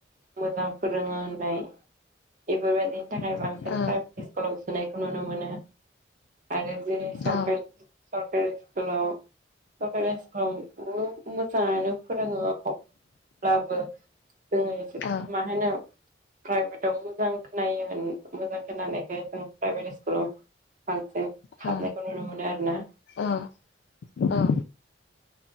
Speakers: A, on the right; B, on the left.
A: मोजां फोरोंङो होननाय बेफोरबायदिनि थाखाय
B: <inaudible>
A: बांसिन प्राइभेट स्कुलाव सोनायखौ नुनो मोनो आरो जे सरकारि।
B: औ
A: सरकारि स्कुलाव। सरकारि स्कुलाव मोजांङैनो फोरोंङो अब्लाबो। जोंङो एसे
B: औ
A: मा होनो प्राइभेटाव मोजां खोनायो मोजां। खोनानायखाय जों प्राइभेट स्कुलाव बांसिन
B: औ
A: हाबनायखौ नुनो मोनो आरो ना।
B: औ ओ ओ।